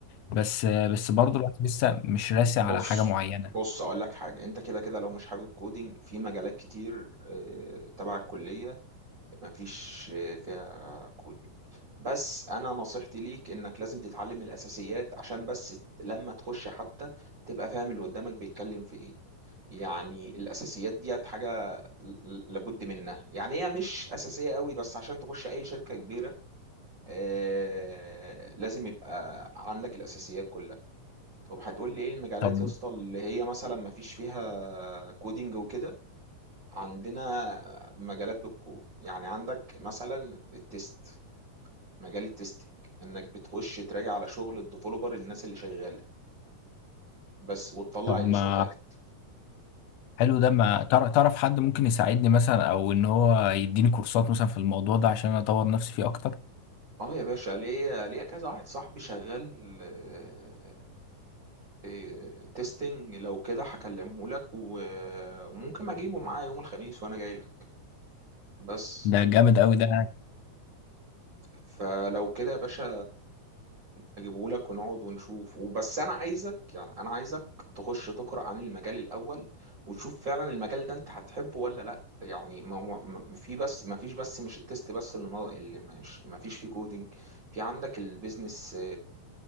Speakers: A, on the left (about 70°); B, on the right (about 35°).
A: بس بس برضه الواحد لسه مش راسي
B: بص
A: على حاجة معينة
B: بص اقول لك حاجه انت كده كده لو مش حابب كودينج في مجالات كتير آه، تبع الكليه مفيش آه، فيها كودينج بس انا نصيحتي ليك انك لازم تتعلم الاساسيات عشان بس ت- لما تخش حتى تبقى فاهم اللي قدامك بيتكلم في ايه يعني الاساسيات ديت حاجه ل- ل- لابد منها يعني هي مش اساسيه قوي بس عشان تخش اي شركه كبيره آه، لازم يبقى عندك الاساسيات كلها طب هتقول لي ايه المجالات
A: طب
B: يا اسطى اللي هي مثلا ما فيش فيها كودينج وكده عندنا مجالات بالكود يعني عندك مثلا التست مجال التستنج انك بتخش تراجع على شغل الديفلوبر الناس اللي شغاله بس وتطلع
A: طب
B: الايشوهات
A: ما حلو ده ما تع- تعرف حد ممكن يساعدني مثلا او ان هو يديني كورسات مثلا في الموضوع ده عشان اطور نفسي فيه اكتر
B: اه يا باشا ليا ليا كذا واحد صاحبي شغال آه، آه، تستنج لو كده هكلمه لك و- وممكن اجيبه معايا يوم الخميس وانا جاي لك بس
A: ده جامد قوي ده
B: فلو كده يا باشا اجيبهولك ونقعد ونشوف وبس انا عايزك يعني انا عايزك تخش تقرا عن المجال الاول وتشوف فعلا المجال ده انت هتحبه ولا لا يعني ما هو ما- في بس ما فيش بس مش التست بس اللي نا- اللي مش ما فيش فيه كودينج في عندك البيزنس